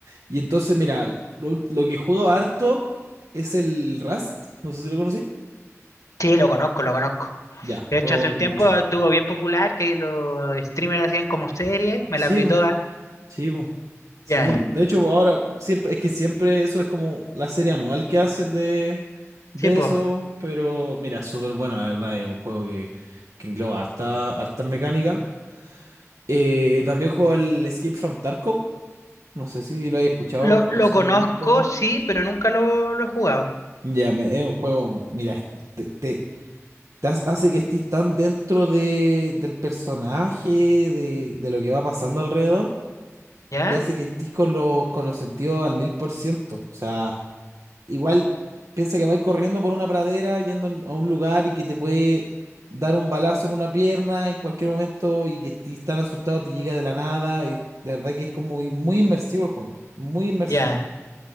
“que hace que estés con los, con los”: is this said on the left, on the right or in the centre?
Right